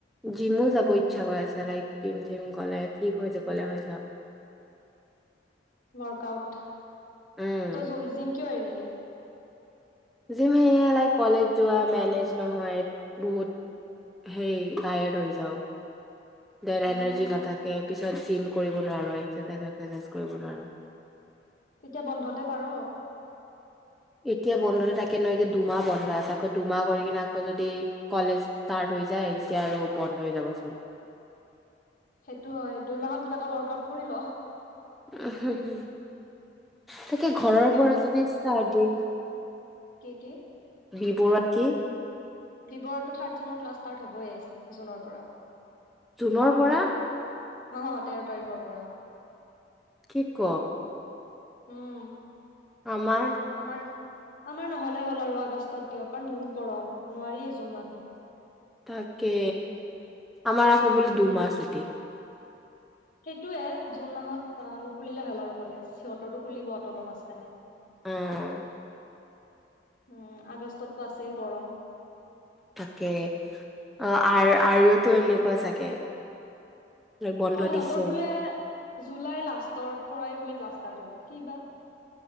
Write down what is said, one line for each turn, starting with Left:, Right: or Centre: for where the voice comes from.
Centre: জিমো যাব ইচ্ছা গৈ আছে লাইক জিম থিম গলে ঠিক হৈ যাবলে হয় চব।
Left: ৱৰ্কআউট
Centre: উম
Left: তই জুম জিম কিয় এৰিলি?
Centre: জিম সাই কলেজ যোৱা মেনেজ নহয় বহুত হে টায়াৰড হৈ যাওঁ। দেৰ
Left: উম
Centre: এনাৰ্জি নাথাকে পিছত তাত জিম কৰিব নোৱাৰো ।এক্সেৰচাইজ কৰিব নোৱাৰো।
Left: তেতিয়া বন্ধতে পাৰ?
Centre: এতিয়া বন্ধ হৈ থাকে নহ এতিয়া দুমাহ বন্ধ আছে ।আকৌ দুমাহ কৰি কিনে আকৌ যদি কলেজ ষ্টাৰ্ট হৈ যায় এতিয়া আৰু বন্ধ হৈ যাবচোন।
Left: সেইটো হয় দুই মাহত কিবা এটা ৱৰ্কআউট কৰিল।
Centre: উ হম হম তাকে
Left: ল
Centre: ঘৰৰ পৰা যদি চাহ দিও।
Left: কেকে
Centre: বিবোৰতকী?
Left: বিবো থাৰ্ড চেমৰ ক্লাছ ষ্টাৰ্ট হ'বই জুনৰ পৰা।
Centre: জুনৰ পৰা?
Left: অ তেৰ তাৰিখৰ পৰা।
Centre: কি ক
Left: উম।
Centre: আমাৰ
Left: আমাৰ আমাৰ নহ'লে হ'ল আৰু আগষ্টত দিয়ক কাৰণ বহুত গৰম নোৱাৰিয়েই জুন মাহটো।
Centre: তাকে, আমাৰ আকৌ বোলো দুমাহ চুতি।
Left: সেইটোয়ে জুন মাহত নুখুলিলে হ'ল আৰু কলেজ সিহঁতৰো খুলিব অট'ন'মাছ কাৰণে।
Centre: উম।
Left: উম আগষ্টতটো আছেই গৰম।
Centre: তাকে অ আৰু এনেকুৱা চাগে, বন্ধ
Left: অ সিহঁতৰ
Centre: দিছে
Left: বোলে, জুলাইৰ লাষ্টৰ পৰাই বোলে ক্লাছ ষ্টাৰ্ট হ'ব কি বা?